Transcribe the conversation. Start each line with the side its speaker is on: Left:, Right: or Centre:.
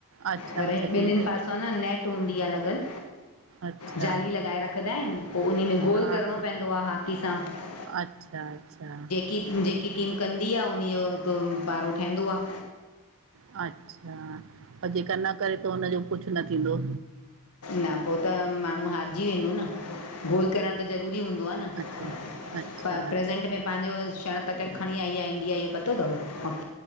Right: अच्छा
Left: पर
Right: अच्छा
Left: ॿिननिन
Right: कीअं क्रिकेट
Left: पासा आ न नेट हूंदी आ लॻल
Right: अच्छा
Left: जाली लॻाए रखंदा आहिन, पोइ उन में गोल
Right: हा
Left: करिणो
Right: हा
Left: पवंदो आ हाकी सां --
Right: अच्छा अच्छा।
Left: की जेकी टीम कंदी आ उन जो हिकु पारो ठहींदो आ।
Right: अच्छा, पर जेका न करे त हुनजो कुझ न थींदो।
Left: न पोइ त माण्हू हारिजी वेंदो न, गोल करणु त ज़रूरी हूंदो आ न
Right: अच्छा अच्छा
Left: प्रेसेंट में पंहिंजो स्वरण पत खणी आई आ इंडिया इहो पतो थव?